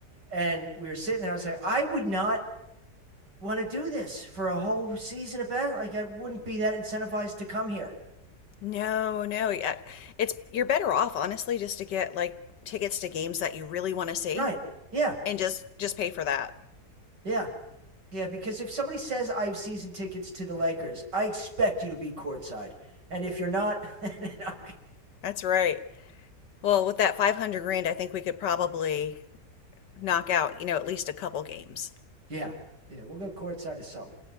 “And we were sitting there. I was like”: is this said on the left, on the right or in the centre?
Right